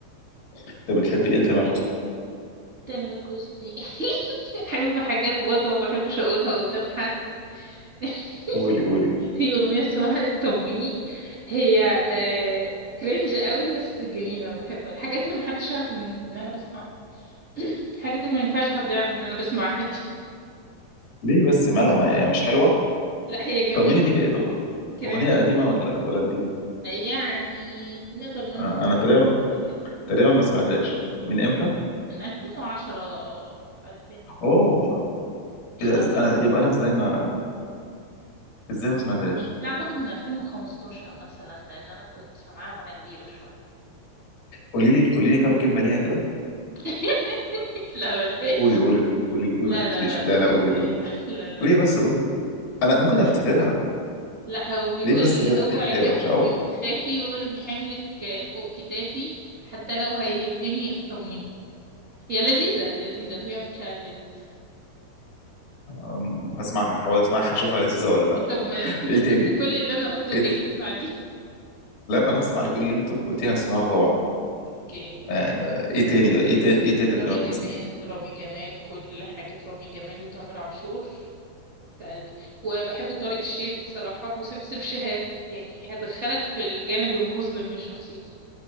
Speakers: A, on the left; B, on the right.
A: انت بتحبي ايه لتامر حسني
B: تامر حسني <laughs> بحب حاجات برضه ما بحبش أقولها قدام حد <laughs>
A: قولي قولي
B: في أغنية اسمها اطمني هي آه كرنج قوي بس جميلة بحبها الحاجات اللي محدش يعرف ان, إن انا بسمعها الحاجات دي ما ينفعش حد يعرف ان انا بسمعها دي <laughs>
A: ليه بس مالها ما هي مش حلوه
B: لا هي جميلة
A: طب مين دي في...
B: بس كرنج
A: أغنية قديمة ولا ولا جديدة؟
B: يعني نقدر نقول
A: أنا
B: من 2000
A: أنا تقريبا
B: كده
A: تقريبا ما سمعتهاش من امتى
B: من 2010 2000
A: اوه
B: مش
A: اذا
B: قوي
A: انا
B: يعني
A: يبقى انا ازاي ما ازاي ما سمعتهاش
B: لا اعتقد من 2015 مثلا لان انا كنت سامعاها وانا كبيرة شوية
A: قولي لي قولي لي كم كلمه ليها كده
B: <laughs> لا بلاش
A: قولي قولي قولي قولي ما
B: لا
A: تكتفيش
B: لا لا
A: لا
B: لا
A: لا قولي قولي
B: لا لا لا,
A: قولي بس قولي انا ممكن
B: لا.
A: افتكرها
B: لا هو بيقول
A: ليه بس كده
B: اوعي
A: هي
B: جنبي
A: وحشه
B: في
A: قوي
B: يوم تخافي وارمي حملك فوق كتافي حتى لو هيهدني اطمني هي لذيذة لذيذة فيها مشاعر لذيذة
A: أم، هسمعها هحاول اسمعها اشوفها لذيذه ولا لا
B: طب ما <laughs> انت
A: ايه
B: سبت
A: تاني
B: كل اللي انا قلته
A: ايه
B: وجاي
A: تاني؟
B: تسمع دي
A: لا ما انا هسمع لكل اللي انت قلتيه هسمعه طبعا
B: اوكي
A: آه، ايه تاني ده ايه تاني ايه تاني لتامر
B: رامي جمال
A: حسني
B: رامي جمال كل حاجة رامي جمال وتامر عاشور في قلبي وبحب طارق الشيخ بصراحة وسمسم شهاب يعني هدخلك في الجانب المظلم من شخصيتي